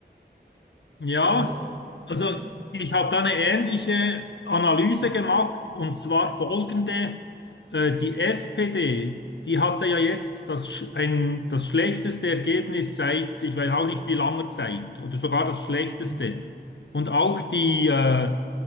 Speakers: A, on the left; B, on the right.
A: ja.
B: So.
A: Also
B: Äh,
A: ich habe da eine ähnliche Analyse
B: äh,
A: gemacht und zwar folgende. Äh, die SPD, die hatte ja jetzt das, sch- ein, das schlechteste Ergebnis seit, ich weiß auch nicht wie langer Zeit, oder sogar das schlechteste.
B: Ja.
A: Und auch die, äh,